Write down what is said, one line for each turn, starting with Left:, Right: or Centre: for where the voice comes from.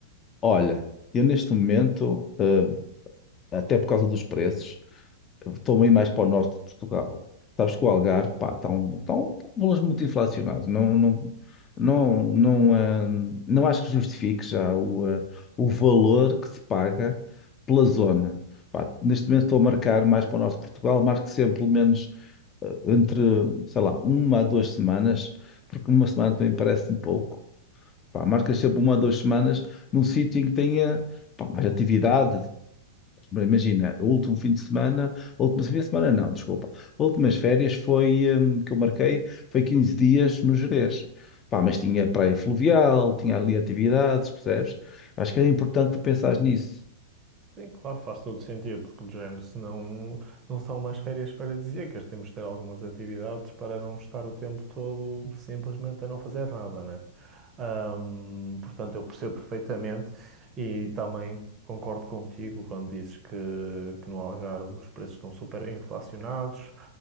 Left: Olha, eu neste momento, eh, até por causa dos preços, estou meio mais para o norte de Portugal. Sabes que o Algarve, pá, está um, está um, está um valores muito inflacionados. Não, não, não, não, eh, não acho que justifique já o, eh, o valor que se paga pela zona. Pá, neste momento estou a marcar mais para o norte de Portugal, marco sempre pelo menos eh, entre, sei lá, uma a duas semanas, porque uma semana também parece-me pouco. Pá, marcas sempre uma a duas semanas num sítio em que tenha, pá, mais atividade, Bem, Imagina, o último fim de semana, o último fim de semana não, desculpa. Últimas férias foi, hum, que eu marquei, foi 15 dias no Gerês. Pá, mas tinha praia fluvial, tinha ali atividades, percebes? Acho que era importante tu pensares nisso.
Right: Sim, claro, faz todo sentido, porque de género, se não, não são umas férias paradisíacas, temos de ter algumas atividades para não estar o tempo todo simplesmente a não fazer nada, né? Ahm, portanto, eu percebo perfeitamente e também concordo contigo quando dizes que, que no Algarve os preços estão super inflacionados,